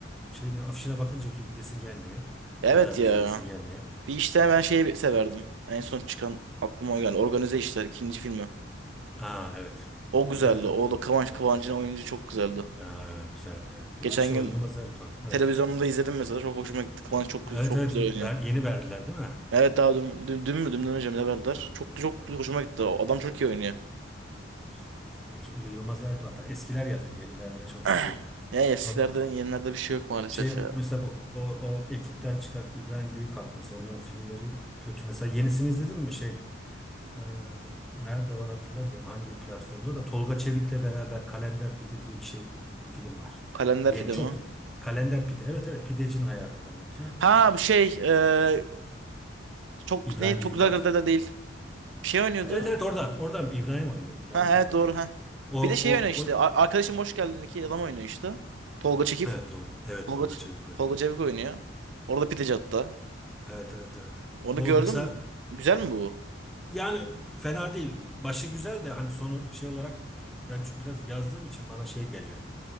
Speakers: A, in the centre; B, on the right (about 70°).
A: şeyine afişine bakınca bile gidesin gelmiyor
B: Evet
A: ya da
B: ya.
A: izleyesin gelmiyor.
B: Bir işte ben
A: Ee,
B: şeyi severdim. En son çıkan aklıma geldi. Organize İşler ikinci filmi.
A: aa evet.
B: O
A: O
B: güzeldi.
A: güzel tabii.
B: O
A: ki.
B: da Kıvanç
A: Evet.
B: Kıvancı'nın oyuncu çok güzeldi.
A: Aa, güzeldi evet. Ama
B: Geçen
A: işte
B: gün
A: o Yılmaz Erdoğan. Evet.
B: televizyonda izledim mesela. Çok hoşuma gitti. Kıvanç çok
A: Ha,
B: güzel, çok
A: Evet evet
B: güzel oynuyor.
A: ver, yeni verdiler değil mi?
B: Evet daha dün, dün, dün mü? Dünden önce mi ne verdiler?
A: Ha,
B: Çok
A: doğru
B: çok
A: doğru.
B: hoşuma gitti. O Adam çok iyi oynuyor.
A: Güzeldi. Çok- Yılmaz Erdoğan. Hatta eskiler yazıyor. Yenilerde çok
B: <clears throat>
A: şey yok.
B: Ya eskilerden
A: Ama
B: yenilerde bir şey yok maalesef
A: şey
B: ya.
A: mesela bu- o, o ekipten çıkan İbrahim Büyükak mesela onların filmleri kötü. Mesela yenisini izledin mi? Şey e, nerede var hatırlamıyorum. Hangi platformda da Tolga Çevik'le beraber Kalender Pide diye bir şey bir film var.
B: Kalender
A: Yeni
B: pide
A: çok
B: mi?
A: yeni. Kalender Pide. Evet evet pidecinin hayatını anlatıyor.
B: Ha bu şey e, çok
A: İbrahim
B: ne çok
A: Büyükak.
B: güzel kırdı da değil. Bir şey oynuyordu.
A: Evet evet oradan. Oradan İbrahim oynuyor. İbrahim
B: Ha
A: Büyükak
B: evet doğru
A: oynuyor.
B: ha.
A: O
B: Bir de şey
A: o
B: oynuyor işte.
A: o
B: A- Arkadaşım hoş geldin iki adam oynuyor işte. Tolga Çekif.
A: evet Tolga, evet
B: Tolga,
A: Tolga
B: Ç-
A: Çevik oynuyor.
B: Tolga Çevik oynuyor. Orada pideci hatta.
A: Evet evet evet. evet.
B: Onu
A: O
B: gördüm.
A: mesela
B: Güzel mi bu?
A: yani fena değil. Başı güzel de hani sonu şey olarak ben çünkü biraz yazdığım için bana şey geliyor.